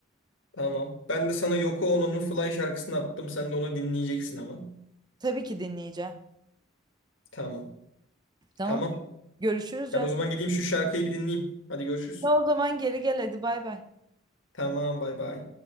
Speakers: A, on the left; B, on the right.
A: Tamam. Ben de sana Yoko Ono'nun Fly şarkısını attım. Sen de onu dinleyeceksin ama.
B: Tabii ki dinleyeceğim.
A: Tamam.
B: Tamam.
A: Tamam.
B: Görüşürüz
A: Ben
B: canım.
A: o zaman gideyim şu şarkıyı bir dinleyeyim. Hadi görüşürüz.
B: O zaman geri gel hadi bay bay.
A: Tamam, bay bay.